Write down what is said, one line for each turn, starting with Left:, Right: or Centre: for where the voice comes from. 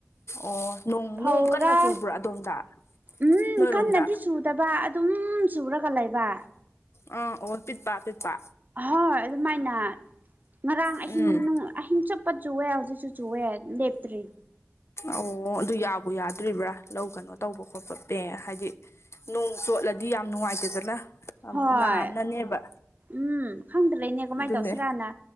Left: ꯑꯣ ꯅꯣꯡ
Right: ꯐꯧꯔꯥ
Left: ꯅꯣꯡ ꯀꯟꯅ ꯆꯨꯕ꯭ꯔꯥ ꯑꯗꯣꯝꯗ
Right: ꯎꯝ
Left: ꯅꯣꯏꯔꯣꯝꯗ
Right: ꯀꯟꯅꯗꯤ ꯆꯨꯗꯕ ꯑꯗꯨꯝ ꯆꯨꯔꯒ ꯂꯩꯕ
Left: ꯑ ꯑꯣ ꯄꯤꯠꯄꯥ ꯄꯤꯠꯄꯥ
Right: ꯍꯣꯏ ꯑꯗꯨꯃꯥꯏꯅ ꯉꯔꯥꯡ ꯑꯍꯤꯡ
Left: ꯎꯝ
Right: ꯅꯨꯡ ꯑꯍꯤꯡ ꯆꯨꯞꯄ ꯆꯨꯋꯦ ꯍꯧꯖꯤꯛꯁꯨ ꯆꯨꯋꯦ ꯂꯦꯞꯇ꯭ꯔꯤ
Left: ꯑꯧꯑꯣ ꯑꯗꯨ ꯌꯥꯕꯨ ꯌꯥꯗ꯭ꯔꯤꯕ꯭ꯔꯥ ꯂꯧ ꯀꯩꯅꯣ ꯇꯧꯕ ꯈꯣꯠꯄ ꯄꯦ ꯍꯥꯏꯗꯤ ꯅꯣꯡ ꯆꯣꯠꯂꯗꯤ ꯌꯥꯝ ꯅꯨꯡꯉꯥꯏꯇꯦꯗꯅ ꯑꯃꯨꯛ
Right: ꯍꯣꯏ
Left: ꯅꯥꯟꯅꯅꯦꯕ
Right: ꯎꯝ ꯈꯪꯗ꯭ꯔꯅꯦ ꯀꯃꯥꯏꯅ
Left: ꯑꯗꯨꯅꯦ
Right: ꯇꯧꯁꯤꯔꯥꯅ